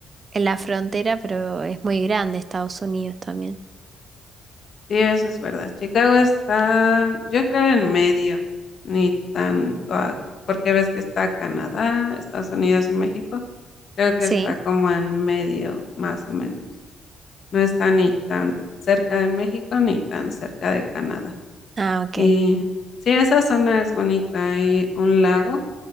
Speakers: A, on the right; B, on the left.
A: en la frontera, pero es muy grande Estados Unidos también.
B: Sí, eso es verdad. Chicago está, yo creo, en medio, ni tanto, a- porque ves que está Canadá, Estados Unidos y México. Creo que
A: Sí.
B: está como en medio, más o menos. No está ni tan cerca de México ni tan cerca de Canadá.
A: Ah, ok.
B: Y sí, esa zona es bonita. Hay un lago